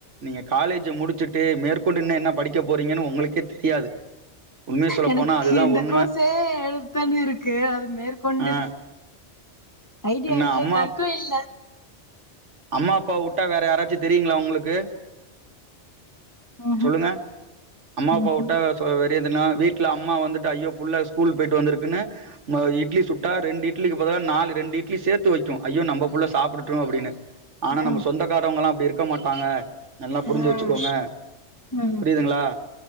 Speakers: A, on the right; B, on the left.
A: நீங்க காலேஜ் முடிச்சுட்டு மேற்கொண்டு இன்னு என்ன படிக்க போறீங்கன்னு உங்களுக்கே தெரியாது உண்மைய சொல்ல
B: எனக்கு
A: போனா அதுதான்
B: இந்த
A: உண்ம
B: கோசே எடுத்தன்னு இருக்கு அது மேற்கொண்டு
A: ஆ
B: ஐடியா
A: என்ன
B: இல்ல
A: அம்மா
B: இது வரைக்கு இல்ல
A: அம்மா அப்பா வுட்டா வேற யாராச்சு தெரியுங்களா உங்களுக்கு
B: ம்ஹும்
A: சொல்லுங்க அம்மா அப்பா
B: ம்ஹும்
A: வுட்டா சொவெ எதுனா வீட்ல அம்மா வந்துட்டு ஐயோ புள்ள ஸ்கூல் போயிட்டு வந்துருக்குன்னு ம இட்லி சுட்டா ரெண்டு இட்லிக்கு பதிலா நாலு ரெண்டு இட்லி சேர்த்து வைக்கோ ஐயோ நம்ப புள்ள சாப்புடட்டு அப்டின்னு ஆனா
B: ம்
A: நம்ம சொந்தக்காரவங்களா அப்டி இருக் க்க மாட்டாங்க நல்லா புரிஞ்சு
B: ம்
A: வச்சுக்கோங்க
B: ம்
A: புரியுதுங்களா